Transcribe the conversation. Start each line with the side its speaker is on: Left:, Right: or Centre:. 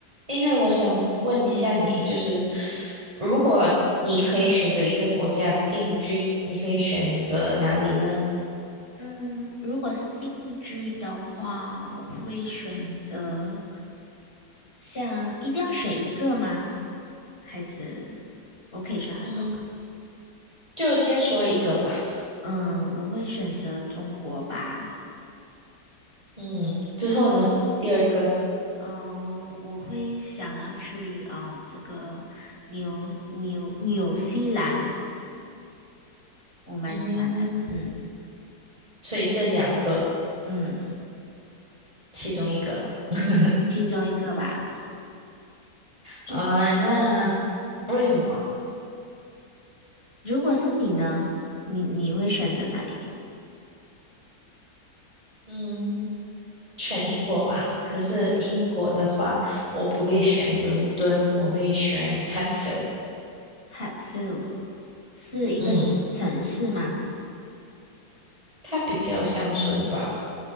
Right: 哎，还有我想问一下你，就是如果你可以选择一个国家定居，你会选择哪里呢？
Left: 嗯，如果是定居的话，我会选择像一定要选一个吗？还是我可以选很多个？
Right: 嗯，就先说一个吧。
Left: 嗯，我会选择中国吧。
Right: 嗯，之后呢，第二个，
Left: 嗯，我我会想要去啊、呃这个纽纽纽西兰，我蛮喜欢的。
Right: 嗯，
Left: 嗯
Right: 所以这两个
Left: 嗯，
Right: 其中一个 <laughs>
Left: 其中一个吧。
Right: 啊，
Left: 就
Right: 那为什么？
Left: 如果是你呢，你你会选择哪里
Right: 嗯，选英国吧。可是英国的话，我不会选伦敦，我会选 Hatfield。
Left: ？Hatfield 是一个城市吗？
Right: 嗯，它比较乡村吧。